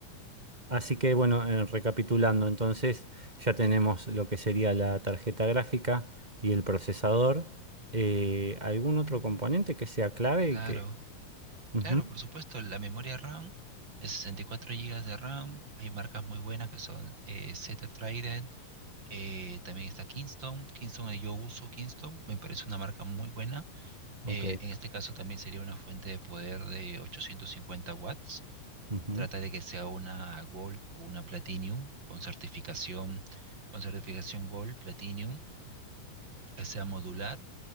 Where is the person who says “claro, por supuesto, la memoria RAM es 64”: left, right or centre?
Right